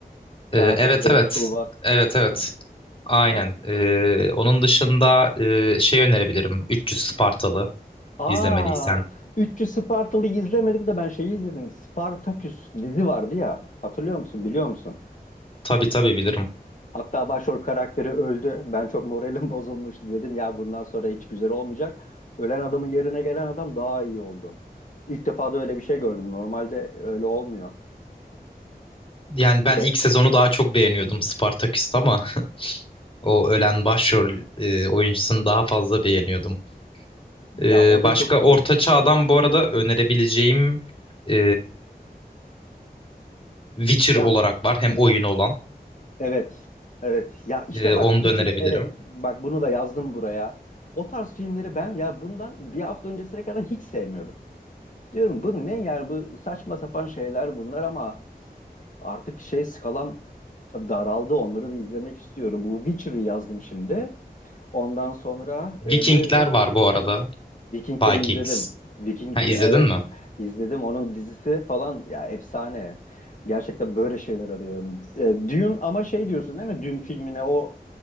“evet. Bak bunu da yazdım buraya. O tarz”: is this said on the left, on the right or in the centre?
Left